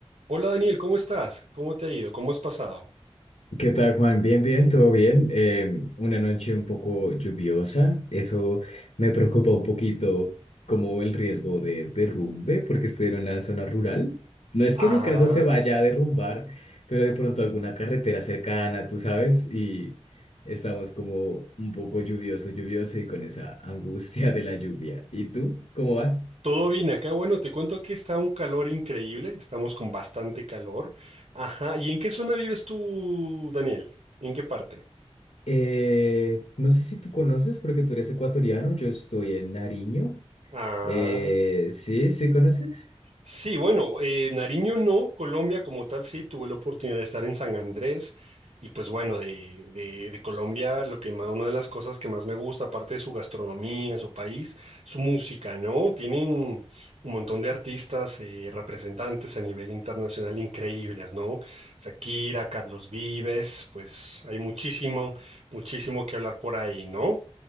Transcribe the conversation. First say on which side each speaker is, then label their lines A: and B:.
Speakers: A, on the right; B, on the left.
A: Hola Daniel, ¿cómo estás? ¿Cómo te ha ido? ¿Cómo has pasado?
B: ¿Qué tal, Juan? Bien, bien, todo bien. Eh, una noche un poco lluviosa. Eso me preocupa un poquito como el riesgo de derrumbe, porque estoy en una zona rural. No es
A: Ah,
B: que mi casa se vaya a derrumbar, pero de pronto alguna carretera cercana, tú sabes, y estamos como un poco lluvioso, lluvioso y con esa angustia de la lluvia. ¿Y tú? ¿Cómo vas?
A: todo bien acá. Bueno, te cuento que está un calor increíble, estamos con bastante calor. Ajá, ¿y en qué zona vives tú, Daniel? ¿En qué parte?
B: Eh, no sé si tú conoces, porque tú eres ecuatoriano, yo estoy en Nariño.
A: Ah.
B: Eh, sí, sí, ¿conoces?
A: Sí, bueno, eh, Nariño no, Colombia como tal sí, tuve la oportunidad de estar en San Andrés y pues bueno, de, de, de Colombia lo que más, una de las cosas que más me gusta, aparte de su gastronomía, su país, su música, ¿no? Tienen un montón de artistas, eh, representantes a nivel internacional increíbles, ¿no? Shakira, Carlos Vives, pues hay muchísimo, muchísimo que hablar por ahí, ¿no?